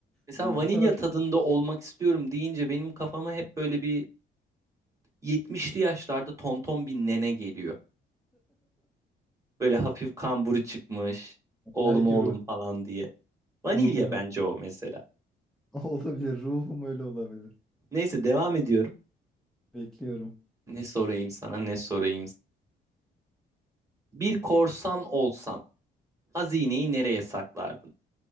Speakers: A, on the right (about 15°); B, in the centre.
A: mesela
B: Hani
A: vanilya
B: bu kadar
A: tadında olmak istiyorum deyince benim kafama hep böyle bir 70'li yaşlarda tonton bir nene geliyor. Böyle hafif kamburu çıkmış. Oğlum
B: belki
A: oğlum
B: ruh-
A: falan diye. Vanilya
B: ruhum öyle
A: bence o mesela.
B: <laughs> olabilir. Ruhum öyle olabilir.
A: Neyse devam ediyorum.
B: Bekliyorum.
A: Ne sorayım sana, ne sorayım. Bir korsan olsan Hazineyi nereye saklardın?